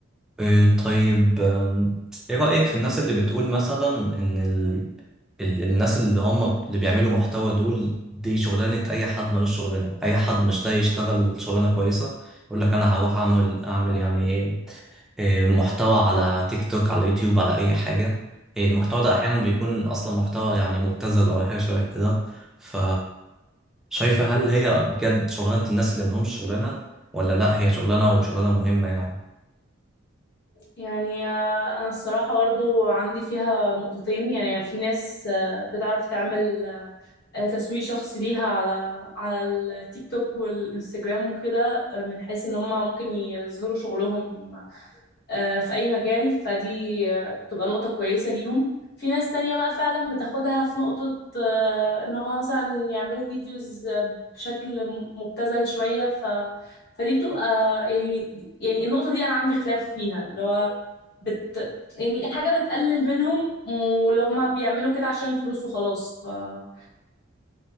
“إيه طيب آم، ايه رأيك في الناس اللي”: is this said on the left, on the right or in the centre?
Centre